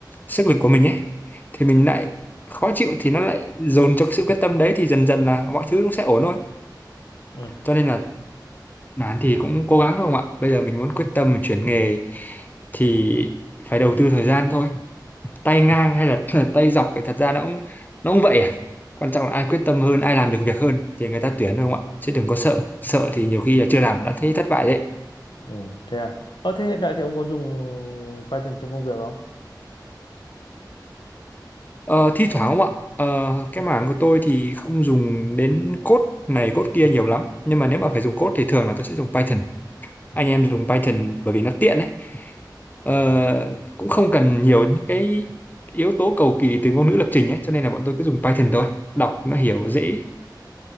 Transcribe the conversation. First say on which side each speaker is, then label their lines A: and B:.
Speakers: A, on the left (about 25°); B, on the left (about 80°).
A: sức lực của mình ấy thì mình lại khó chịu thì nó lại dồn cho cái sự quyết tâm đấy thì dần dần là mọi thứ cũng sẽ ổn thôi
B: ừ
A: cho nên là Nán thì cũng cố gắng không ạ? Bây giờ mình muốn quyết tâm mình chuyển nghề thì phải đầu tư thời gian thôi. Tay ngang hay là <laughs> tay dọc thì thật ra nó cũng nó cũng vậy à. Quan trọng là ai quyết tâm hơn, ai làm được việc hơn thì người ta tuyển thôi không ạ? Chứ đừng có sợ, sợ thì nhiều khi là chưa làm đã thấy thất bại đấy.
B: ừ thế à ờ thế hiện tại thì ông có dùng Python trong công việc không
A: Ờ, thi thoảng không ạ? Ờ, cái mảng của tôi thì không dùng đến code này code kia nhiều lắm. Nhưng mà nếu mà phải dùng code thì thường là tôi sẽ dùng Python. Anh em
B: Ừ.
A: dùng Python bởi vì nó tiện ấy. Ờ, cũng không cần nhiều những cái yếu tố cầu kỳ từ ngôn ngữ lập trình ấy cho nên là bọn tôi cứ dùng Python thôi đọc nó hiểu dễ